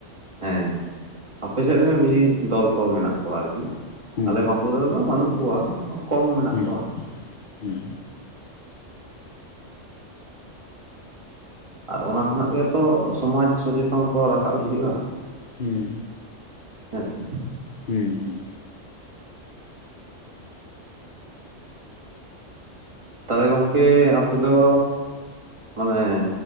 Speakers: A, on the right; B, on the left.
A: ᱦᱮᱸ ᱟᱯᱮ ᱥᱮᱫ ᱨᱮᱱ ᱵᱮᱥᱤ ᱫᱚᱞ ᱠᱚ ᱢᱮᱱᱟᱜ ᱠᱚᱣᱟ ᱟᱨᱠᱤ
B: ᱦᱩᱸ
A: ᱟᱞᱮ ᱵᱟᱸᱠᱩᱲᱟ ᱨᱮᱫᱚ ᱵᱟᱹᱱᱩᱜ ᱠᱚᱣᱟ ᱠᱚᱢ ᱢᱮᱱᱟᱜ
B: ᱦᱩᱸ
A: ᱠᱚᱣᱟ᱾
B: ᱦᱩᱸ
A: <inaudible> ᱟᱨ ᱚᱱᱟ ᱠᱷᱚᱱᱟᱜ ᱜᱮᱛᱚ ᱥᱚᱢᱟᱡᱽ ᱥᱚᱪᱮᱛᱚᱱ ᱠᱚ ᱨᱟᱠᱟᱵ ᱦᱤᱡᱩᱜ-ᱟ᱾
B: ᱦᱩᱸ
A: <inaudible>
B: ᱦᱮᱸ ᱦᱩᱸ᱾
A: ᱛᱟᱦᱚᱞᱮ ᱜᱚᱝᱠᱮ ᱟᱯᱮ ᱫᱚ ᱢᱟᱱᱮ